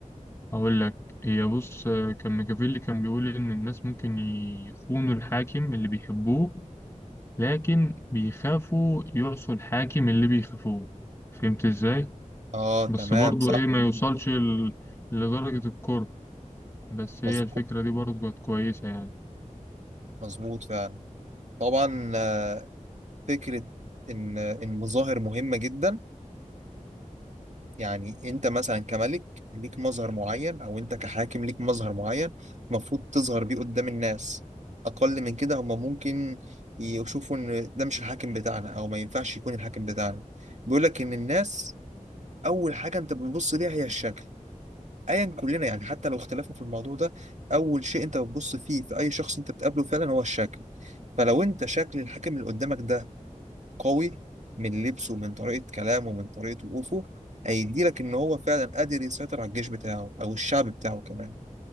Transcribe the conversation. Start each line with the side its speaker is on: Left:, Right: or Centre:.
Left: هقول لك هي بص كان ميكافيلي كان بيقول إن الناس ممكن يخونوا الحاكم اللي بيحبوه لكن بيخافوا يعصوا الحاكم اللي بيخافوه فهمت إزاي؟
Right: اه
Left: بس
Right: تمام
Left: برضو
Right: صح
Left: إيه ما يوصلش ل- لدرجة الكره بس
Right: مظبوط
Left: هي الفكرة دي برضو كانت كويسة يعني
Right: مظبوط فعلا طبعا آه، فكره ان ان مظاهر مهمه جدا يعني انت مثلا كملك ليك مظهر معين او انت كحاكم ليك مظهر معين المفروض تظهر بيه قدام الناس اقل من كده هم ممكن يشوفوا ان ده مش الحاكم بتاعنا او ما ينفعش يكون الحاكم بتاعنا بيقول لك ان الناس اول حاجه انت بتبص ليها هي الشكل ايا كلنا يعني حتى لو اختلفنا في الموضوع ده اول شيء انت بتبص فيه في اي شخص انت بتقابله فعلا هو الشكل فلو انت شكل الحاكم اللي قدامك ده قوي من لبسه من طريقه كلامه من طريقه وقوفه هيدي لك ان هو فعلا قادر يسيطر على الجيش بتاعه او الشعب بتاعه كمان